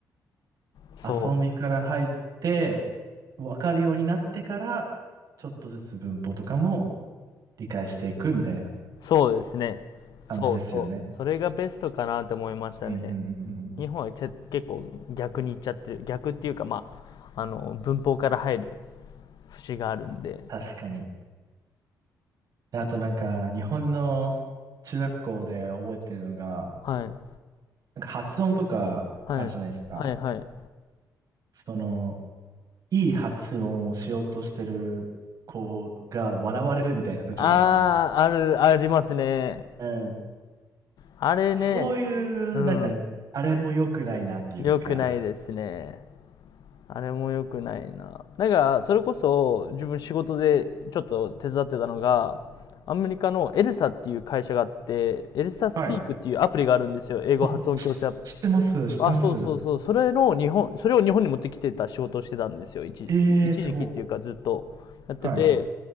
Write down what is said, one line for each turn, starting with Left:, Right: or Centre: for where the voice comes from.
Left: そう
Right: 遊びから入って、わかるようになってから、ちょっとずつ文法とかも、理解していくみたいな
Left: そうですね。
Right: 感じですよね。
Left: そうそう。それがベストかなって思いましたね。
Right: うんうんうん。
Left: 日本はちょ結構逆にいっちゃってる。逆っていうか、まあ、あの、文法から入る節があるんで。
Right: 確かに。であとなんか、日本の中学校で覚えてるのが、
Left: はい。
Right: なんか発音とかあるじゃないですか。
Left: はい。はい、はい。
Right: その、いい発音をしようとしてる子が笑われるみたいな風潮があったんです。
Left: ああ、ある、ありますね。
Right: うん。
Left: あれね、
Right: そういう、
Left: うん、
Right: なんか、あれも良くないなっていうか、
Left: 良くないですね。あれも良くないな。だから、それこそ自分仕事でちょっと手伝ってたのが、アメリカのエルサっていう会社があって、エルサスピークっていうアプリがあるんですよ。
Right: はい。
Left: 英語発音矯正アプリ。
Right: あ、し知ってます、知ってます。
Left: あ、そうそうそう。それの日本、それを日本に持ってきてた仕事をしてたんですよ。一時期。
Right: ええー、
Left: 一時期っていうかずっとやってて、
Right: すご。はい。